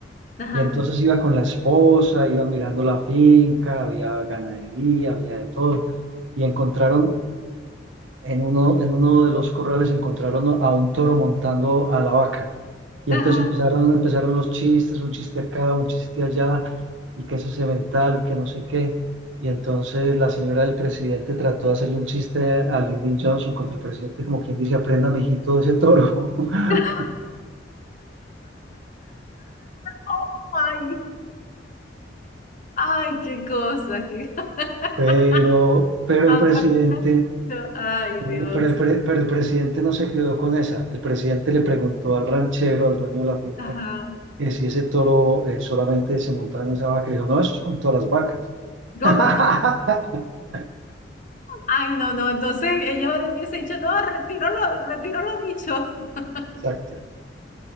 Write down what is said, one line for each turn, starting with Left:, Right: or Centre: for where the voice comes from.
Left: ajá,
Right: Y entonces iba con la esposa, iba mirando la finca, había ganadería, había de todo. Y encontraron En uno, en uno de los corrales encontraron a un toro montando a la vaca. Y
Left: ajá.
Right: entonces empezaron, empezaron los chistes, un chiste acá, un chiste allá, y que eso es mental, y que no sé qué. Y entonces la señora del presidente trató de hacerle un chiste a Lyndon Johnson contra el presidente, como quien dice, aprenda, mijito, de ese toro. <laughs>
Left: <laughs> Oh my Ay, qué cosa, qué <laughs>
Right: Pero, pero
Left: Aprendo.
Right: el presidente,
Left: Ay,
Right: eh,
Left: Dios.
Right: pero el, pre- pero el presidente no se quedó con esa. El presidente le preguntó al ranchero, al dueño de la finca,
Left: Ajá.
Right: eh, si ese toro eh, solamente se montaba en esa vaca, y yo, no, eso es con todas las vacas.
Left: Go-
Right: <laughs>
Left: <laughs> Ay, no, no. Entonces ellos le hubiese dicho, no, retiro lo, retiro lo dicho. <laughs>
Right: Exacto.